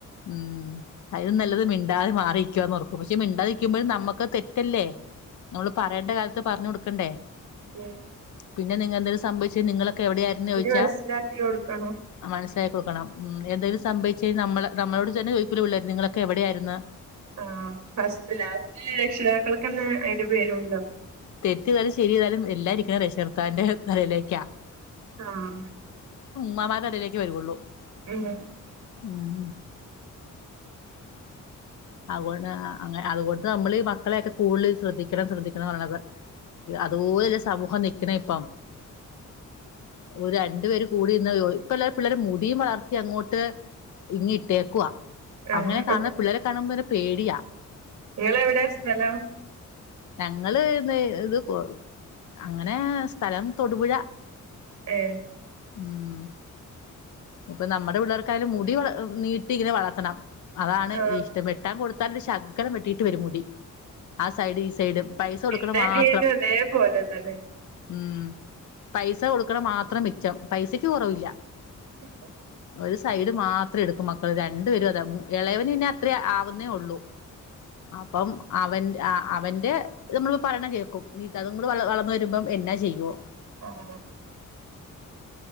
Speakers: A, on the left; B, on the right.
A: ഉം അതലും നല്ലത് മിണ്ടാതെ മാറിരിക്കാനോർക്കും പക്ഷെ മിണ്ടാതിരിക്കുമ്പോഴും നമ്മുക്ക് തെറ്റല്ലേ? നമ്മള് പറയേണ്ട കാലത്ത് പറഞ്ഞു കൊടുക്കണ്ടേ?
B: ഉം
A: പിന്നെ നിങ്ങ എന്തെങ്കിലും സംഭവിച്ച നിങ്ങളൊക്കെ എവിടെയായിരുന്നു ചോദിച്ചാ?
B: മനസ്സിലാക്കി കൊടുക്കണം
A: മന ച കൊടുക്കണം ഉം എന്താങ്കിലും സംഭവിച്ച കഴിഞ്ഞാൽ നമ്മള നമ്മളോട് തന്നെ ചോയിക്കുലേ പിള്ളേയിരുന്നു നിങ്ങളൊക്കെ എവിടെയായിരിന്ന്
B: ആ ഫസ്റ്റ് ലാസ്റ്റ് രക്ഷിതാക്കൾക്ക്ന്നെ അതിന്റെ പേരുണ്ടോ,
A: തെറ്റി യ്താലും ശരിയ്താലും എല്ലാരിക്കുന്നത് രക്ഷർത്താന്റെ തലയിലേക്കാ.
B: ആഹ
A: മ്മമാടെടയിലേക്ക് വരുയുള്ളൂ.
B: ഉം
A: ഉം അതുകൊണ്ട് അങ്ങ അതുപോലെത്തെ നമ്മള് മക്കളെയൊക്കെ കൂടുതല് ശ്രദ്ധിക്കണം ശ്രദ്ധിക്കണം പറണത്. അതുപോലല്ല സമൂഹം നിക്കണ ഇപ്പം. ഒരു രണ്ടു പേരും കൂടരുന്ന് ഇപ്പല്ല പിള്ളേരെ മുടിയും വളർത്തി അങ്ങോട്ട് ഇങ്ങ ഇട്ടേക്കവാ
B: ആഹ്
A: അങ്ങനെ കാണുന്ന പിള്ളേരെ കാണുമ്പോെ പേടിയാ
B: നിങ്ങളെവിടെ സ്ഥലോ
A: ഞങ്ങള് ഇത് കൊ അങ്ങനെ സ്ഥലം തൊടുപുഴ
B: ഏ
A: ഉം ഇപ്പൊ നമ്മുടെ പിള്ളേർക്കായാലും മുടി നീട്ടി ഇങ്ങനെ വളർത്തണം. അതാണ്
B: ആഹ്
A: ഇഷ്ടം വെട്ടാൻ കൊടുത്താലൊരു ശകരം വെട്ടിട്ട് വരും മുടി. ആ സൈഡ് ഈ സൈഡ് പൈസ കൊടുക്കണ
B: എന്റെ
A: മാത്രം.
B: അനിയനും അതേപോലെ തന്നെ
A: ഉം പൈസ കൊടുക്കണ മാത്രം മിച്ചം പൈസക്ക് കുറവില്ല.
B: <inaudible>
A: ഒരു സൈഡ് മാത്രം എടുക്കും മക്കൾ രണ്ടുപേരും അത ഇളയവന് തന്നെ അത്രേ ആവുന്നേ ഉള്ളു. അപ്പം അവന്റെ അവന്റെ നമ്മളി പറയണം കേൾക്കും നിത് അതും കൂടെ വളർന്ന വരുമ്പോം എന്നാ ചെയ്യുവോ?
B: ആഹ